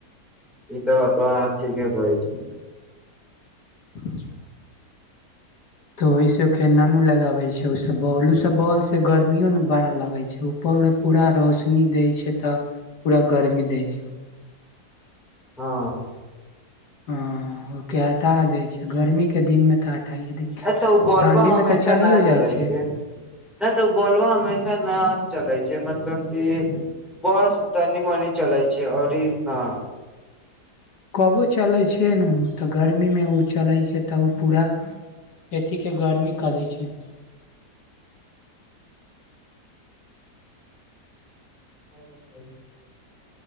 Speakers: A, in the centre; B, on the left (about 75°).
A: ई त बतवा अहाँ ठीके कहै छिये
B: <inaudible> तऽ ओय सब के नानू लगाबै छै ओ सब बॉल ओ सब बॉल से गर्मियो न बड़ा लगै छै उपौर पूरा रोशनी दै छै तऽ पूरा गरमी दै छै
A: हँ
B: ह ओ <inaudible> के हटा देय छै गर्मीके दिनमे तऽ हटाइए दऽ छै,
A: ए तऽ ओ बॉलबा
B: ठण्डी
A: हमेशा
B: मे तऽ चलियो
A: न जले
B: जाइ छै
A: नहि तऽ ओ बोलबा हमेशा नया चलै छै, मतलब कि बस तनी-मनी चलै छै, ओरी न
B: कबो चलै छै ने तऽ गर्मीमे ओ चलै छै तऽ ओ पूरा। ए ठीक के गर्मी कऽ दे छै
A: और बताइयौ